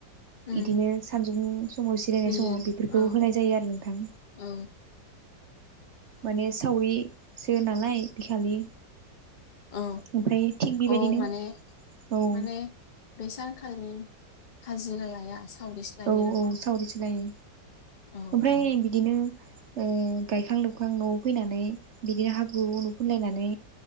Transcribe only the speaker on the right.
इदिनो जोंङो समाव सिरायनाय
समाव बेफोरखौ
होनाय जायो आरो नोंथां।
माने सावरि सो नालाय बिखालि
ओमफ्राय थिग बेबायदिनो
औ
औ
औ सावरिसो लायो।
ओमफ्राय
बिदिनो ओ गायखां लोबखां न'आव फैनानै बिदिनो हाब बु उनु फुनलायनानै